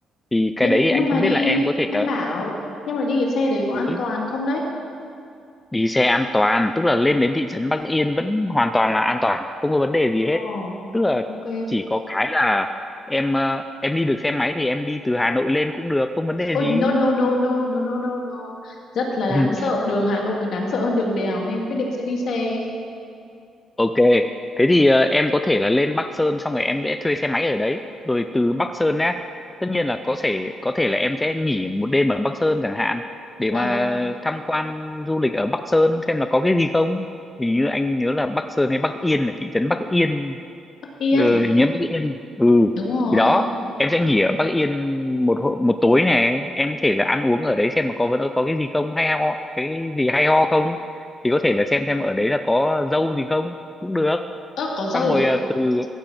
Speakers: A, on the left; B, on the left.
A: thì cái
B: nhưng,
A: đấy
B: nhưng
A: anh
B: mà
A: không
B: đi
A: biết là em có thể
B: em
A: là
B: bảo nhưng mà đi cái xe đấy có
A: cứ
B: an toàn không đấy
A: đi xe an toàn tức là lên đến thị trấn Bắc Yên vẫn hoàn toàn là an toàn không có vấn đề gì hết
B: ờ
A: tức là
B: ok
A: chỉ có cái là em ờ, em đi được xe máy thì em đi từ Hà Nội lên cũng được không vấn đề
B: ôi
A: gì
B: no no no no no no no no rất là đáng
A: <laughs>
B: sợ đường Hà Nội còn đáng sợ hơn đường đèo nên em quyết định sẽ đi xe
A: Ok, thế thì ờ, em có thể là lên Bắc Sơn xong rồi em sẽ thuê xe máy ở đấy, rồi từ Bắc Sơn á, tất nhiên là có thể có thể là em sẽ nghỉ một đêm ở Bắc Sơn chẳng hạn để
B: vâng
A: mà tham quan du lịch ở Bắc Sơn xem là có cái gì không. Hình như anh nhớ là Bắc Sơn hay Bắc Yên là thị trấn Bắc Yên,
B: Yên
A: ừ, hình như Bắc Yên. Ừ,
B: đúng rồi
A: thì đó, em sẽ nghỉ ở Bắc Yên một hô- một tối này, em có thể là ăn uống ở đấy xem mà có vấn có cái gì không hay ho, cái gì hay ho không. Thì có thể là xem xem ở đấy là có dâu gì không cũng được
B: ơ có dâu
A: xong rồi
B: à
A: à, từ